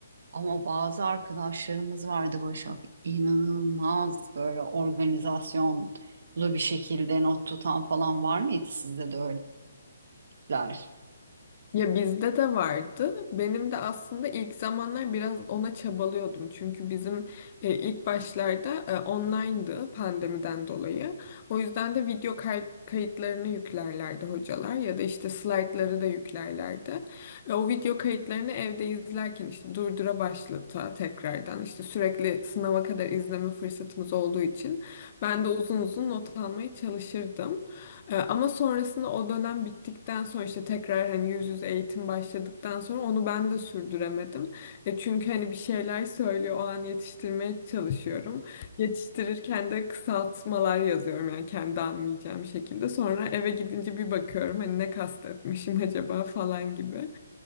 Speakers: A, on the right; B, on the left.
A: Ama bazı arkadaşlarımız vardı Başak inanılmaz böyle organizasyonlu bir şekilde not tutan falan var mıydı sizde de öyleler? <laughs>
B: Ya bizde de vardı. Benim de aslında ilk zamanlar biraz ona çabalıyordum. Çünkü bizim e, ilk başlarda e, online'dı pandemiden dolayı. O yüzden de video kay- kayıtlarını yüklerlerdi hocalar ya da işte slaytları da yüklerlerdi. E, o video kayıtlarını evde izlerken işte durdura başlata tekrardan işte sürekli sınava kadar izleme fırsatımız olduğu için ben de uzun uzun not almaya çalışırdım. Ee, Ama sonrasında o dönem bittikten sonra işte tekrar hani yüz yüze eğitim başladıktan sonra onu ben de sürdüremedim. E çünkü hani bir şeyler söylüyor o an yetiştirmeye çalışıyorum. Yetiştirirken de kısaltmalar yazıyorum yani kendi anlayacağım şekilde. Sonra eve gidince bir bakıyorum hani ne kastetmişim acaba falan gibi.